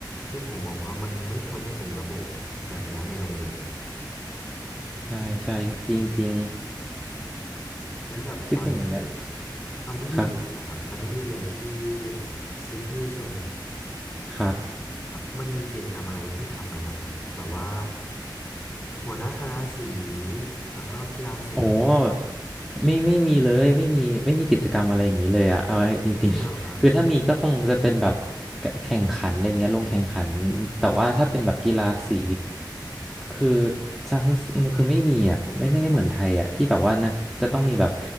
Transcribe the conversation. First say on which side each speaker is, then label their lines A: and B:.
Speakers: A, on the left (about 25°); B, in the centre.
A: ซึ่งผมมองว่ามันไม่ควรที่จะเป็นระบบแบบเนี้ยในโรงเรียนครับ
B: ใช่ใช่จริงจริง
A: และแบบตอนที่พี่
B: คิดถึงแล้ว
A: ตอนที่พี่เรียนนะครับตอนที่พี่เรียนที่
B: ครับ
A: ซิดนีย์ใช่ไหมครับ
B: ครับ
A: อ่ะมันมีกิจกรรมอะไรให้พี่ทำไหมครับผมแบบว่าหัวหน้าคณะสีแล้วก็กีฬาสี
B: โอ้ไม่ไม่มีเลยไม่มีไม่มีกิจกรรมอะไรอย่างนี้เลยอะเอาไว้จริงๆ
A: ไม่เลยเหรอครับ
B: <laughs> คือถ้ามีก็คงจะเป็นแบบแข่งขันอะไรเงี้ยลงแข่งขันแต่ว่าถ้าเป็นแบบกีฬาสีคือจะคือไม่มีอะไม่ไม่ได้เหมือนไทยอะที่แบบว่านักจะต้องมีแบบ